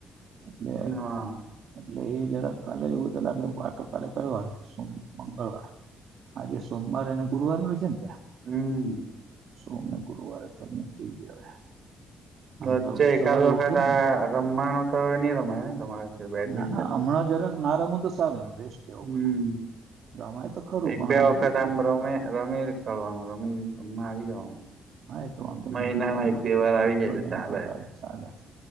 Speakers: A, on the right; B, on the right.
A: એટલે
B: હા
A: એટલે એ જરા કાલે એવું તો લાગે પાટો કાલે કયો વાર છે સમ મંગળવાર આજે સોમવાર અને ગુરુવાર હોય છે ને
B: હમ
A: સોમને ગુરુવારે તમને જોઈએ હવે આમ
B: વચ્ચે
A: તો
B: એકાદ
A: સવારે
B: વખત
A: ઉઠું
B: આ
A: ને
B: રમવાનું તો હવે નહી રમાય ને તમારે બેડમિન્ટન
A: ના ના હમણાં જરાક ના રમું તો સારું એમ રેસ્ટ લેવો
B: હમ
A: પડે રમાય તો ખરું
B: એક
A: પણ
B: બે
A: આ
B: વખત
A: દુખે
B: આમ રમે રમીકળવાનું રમીરમાં આવી જવાનું
A: હા એ તો વાંધો નહી
B: મહિનામાં
A: વચ્ચે રમવાનું
B: એક બે વાર આવી
A: અઠો
B: જાય તો
A: જણ
B: ચાલે
A: બધા ચાલે